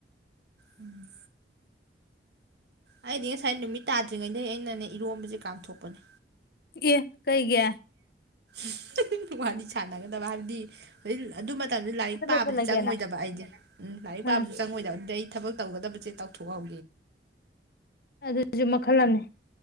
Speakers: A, on the right (about 65°); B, on the left (about 55°).
A: ꯎꯝ <inaudible> ꯑꯩꯗꯤ ꯉꯁꯥꯏ ꯅꯨꯃꯤꯠ ꯇꯥꯗ꯭ꯔꯤꯉꯩꯗ ꯑꯩꯅꯅꯦ ꯏꯔꯣꯝꯕꯁꯦ ꯀꯥꯝꯊꯣꯛꯄꯅꯦ
B: ꯏ ꯀꯩꯒꯤ
A: <inaudible> ꯋꯥꯔꯤ ꯁꯥꯟꯅꯒꯗꯕ ꯍꯥꯏꯕꯗꯤ ꯑꯗꯨ ꯃ ꯂꯥꯏꯔꯤꯛ ꯄꯥꯕꯗꯤ
B: ꯂꯣꯏꯁꯤꯜꯂꯒꯦꯅ
A: ꯆꯪꯉꯣꯏꯗꯕ ꯑꯩꯗꯤ ꯎꯝ ꯂꯥꯏꯔꯤꯛ ꯄꯥꯕꯁꯨ
B: ꯑꯥ
A: ꯆꯪꯉꯣꯏꯗꯕ ꯑꯗꯨꯗꯩ ꯑꯩ ꯊꯕꯛ ꯇꯧꯒꯗꯕꯁꯦ ꯇꯧꯊꯣꯛꯍꯧ
B: ꯑꯗꯨꯁꯨ ꯃꯈꯜ ꯑꯝꯅꯤ